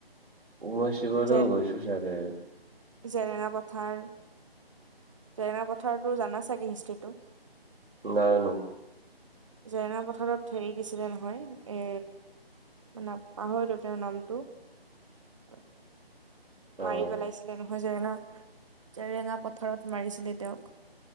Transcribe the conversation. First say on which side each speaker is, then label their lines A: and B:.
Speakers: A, on the right; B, on the right.
A: উম, মই শিৱদৌল
B: যে
A: গৈছোঁ চাগে।
B: জেৰেঙা পথাৰ। জেৰেঙা পথাৰতো জানা চাগে হিষ্ট্ৰীটো?
A: নাই নো
B: জেৰেঙা পথাৰত হেৰি দিছিলে নহয় এ মানে পাহৰিলোঁ তেওঁৰ নামটো। <inaudible>
A: অ',
B: মাৰি পেলাইছিলে নহয় জেৰেঙা জেৰেঙা পথাৰত মাৰিছিলে তেওঁক।